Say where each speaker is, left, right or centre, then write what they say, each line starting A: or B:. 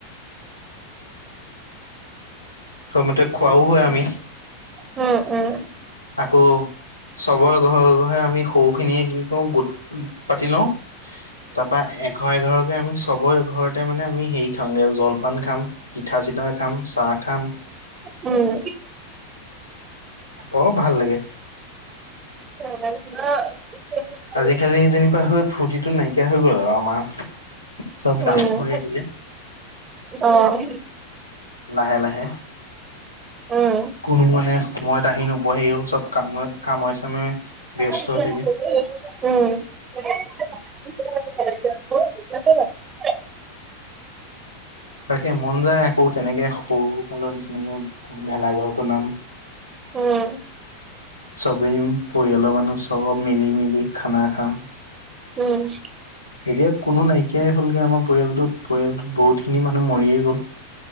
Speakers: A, on the left; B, on the right.
A: প্ৰথমতে খোৱাও হয় আমি।
B: উম্ উম্।
A: আকৌ চবৰে ঘৰে ঘৰে আমি সৰু খিনিয়ে কি- কৰোঁ গোট পাতি লওঁ, তাৰপৰা এঘাৰ এঘৰকে আমি চবৰে- ঘৰতে মানে আমি হেৰি খাওঁগে, জলপান খাম, পিঠা চিঠা খাম, চাহ খাম।
B: উম্,
A: বৰ ভাল লাগে।
B: হয়।
A: আজিকালি যেনিবা সেই ফূৰ্তিটো নাইকিয়া হৈ গ'ল আৰু আমাৰ। চব
B: উম্,
A: ডাঙৰ হৈ আহিলে
B: অ',
A: লাহে লাহে।
B: উম্,
A: কোনো মানে সময়ত আহি নোপোৱাহি হ'ল, চব কামে চামে-
B: <inaudible>
A: ব্যস্ত হৈ থাকে।
B: উম্,
A: তাকে মন যায় আকৌ তেনেকে সৰু কালৰ নিচিনাকে ভেলাঘৰ বনাম,
B: উম্,
A: চবেই, পৰিয়ালৰ মানুহ চব মিলি মিলি খানা- খাম।
B: উম্,
A: এতিয়া কোনো নাইকিয়াই হ'লগে আমাৰ পৰিয়ালটোত পৰিয়ালটোত বহুতখিনি মানুহ মৰিয়ে গ'ল